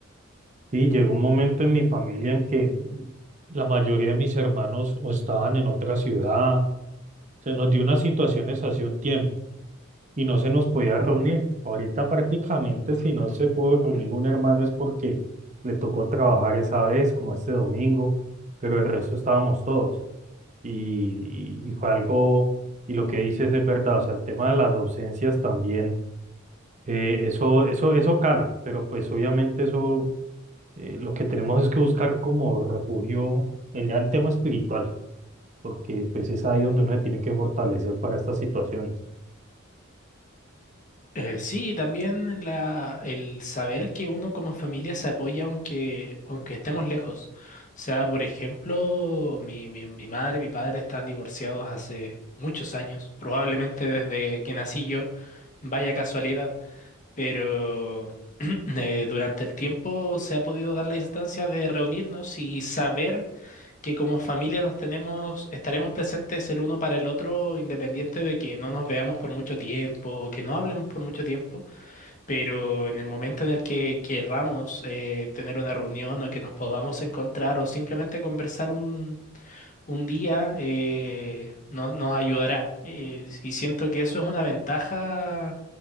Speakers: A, on the right; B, on the left.
A: Sí, llegó un momento en mi familia en que la mayoría de mis hermanos o estaban en otra ciudad, se nos dio unas situaciones hace un tiempo y no se nos podía reunir. Ahorita prácticamente si no se pudo reunir un hermano es porque le tocó trabajar esa vez, como este domingo, pero el resto estábamos todos y, y y fue algo, y lo que dices es verdad, o sea, el tema de las ausencias también, eh, eso, eso, eso cala, pero pues obviamente eso eh, lo que tenemos es que buscar como refugio el, ya el tema espiritual, porque pues es ahí donde uno se tiene que fortalecer para estas situaciones.
B: Eh, sí, también la, el saber que uno como familia se apoya aunque, aunque estemos lejos. O sea, por ejemplo, mi, mi, mi madre y mi padre están divorciados hace muchos años, probablemente desde que nací yo, vaya casualidad, pero <clears throat> eh, durante el tiempo se ha podido dar la instancia de reunirnos y saber que como familia nos tenemos, estaremos presentes el uno para el otro, independiente de que no nos veamos por mucho tiempo o que no hablemos por mucho tiempo pero en el momento en el que querramos eh, tener una reunión o que nos podamos encontrar o simplemente conversar un, un día, eh, no- nos ayudará. Eh, y siento que eso es una ventaja